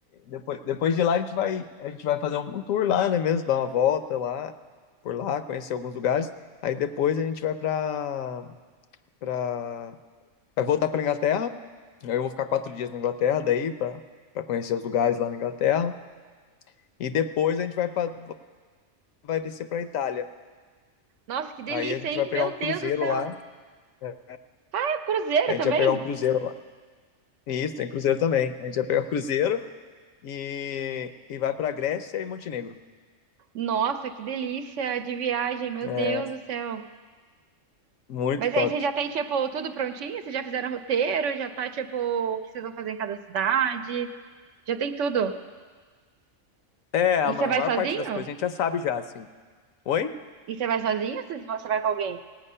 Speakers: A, on the left; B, on the right.
A: Depois, depois de lá a gente vai, a gente vai fazer um tour lá, né mesmo? Dar uma volta lá, por lá, conhecer alguns lugares. Aí depois a gente vai pra, pra... Vai voltar pra Inglaterra. Aí eu vou ficar quatro dias na Inglaterra daí, pra, pra conhecer os lugares lá na Inglaterra. E depois a gente vai, pra, vai descer pra Itália.
B: Nossa, que delícia,
A: Aí a gente
B: hein?
A: vai pegar
B: Meu
A: um cruzeiro
B: Deus do céu.
A: lá. né?
B: É cruzeiro
A: A gente
B: também?
A: vai pegar um cruzeiro lá. Isso, tem cruzeiro também. A gente vai pegar o cruzeiro e, e vai pra Grécia e Montenegro.
B: Nossa, que delícia de viagem, meu
A: É,
B: Deus do céu.
A: Muito
B: Mas
A: top.
B: aí vocês já tem, tipo, tudo prontinho? Vocês já fizeram roteiro? Já tá, tipo, o que vocês vão fazer em cada cidade? Já tem tudo.
A: É, a
B: E
A: ma-
B: você vai
A: a maior
B: sozinho?
A: parte das coisas a gente já sabe já, assim. Oi?
B: E você vai sozinho ou vocês vão- você vai com alguém?